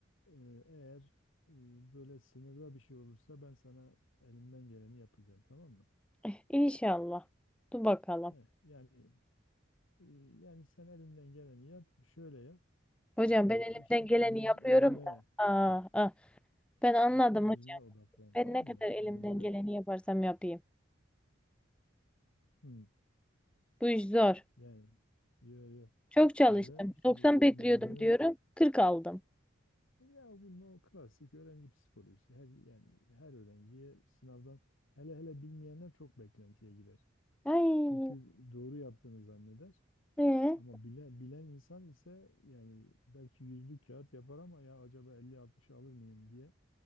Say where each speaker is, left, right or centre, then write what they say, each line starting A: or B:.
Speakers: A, on the left; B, in the centre.
A: Ee, eğer e, böyle sınırda bir şey olursa ben sana elimden geleni yapacağım. Tamam mı?
B: Eh, İnşallah. Dur bakalım.
A: Heh, yani e, yani sen elinden geleni yap. Şöyle yap.
B: Hocam
A: Ee,
B: ben elimden
A: işin
B: geleni
A: özüne,
B: yapıyorum
A: özüne
B: da. Aa, ah, ben anladım
A: işin özüne
B: hocam.
A: odaklan.
B: Ben
A: Tamam
B: ne kadar
A: mı?
B: elimden
A: Yani böyle
B: geleni yaparsam yapayım.
A: hmm,
B: Bu iş zor.
A: yani yo yo.
B: Çok
A: Şöyle
B: çalıştım.
A: şimdi
B: 90 bekliyordum
A: mevzunun
B: diyorum. 40 aldım.
A: Ya bunun o klasik öğrenci psikolojisi. Her yani her öğrenciye sınavdan hele hele bilmeyenler çok beklentiye girer.
B: Ay.
A: Çünkü doğru yaptığını zanneder.
B: Ee?
A: Ama bile, bilen insan ise yani belki yüzlük kağıt yapar ama ya acaba elli 60 alır mıyım diye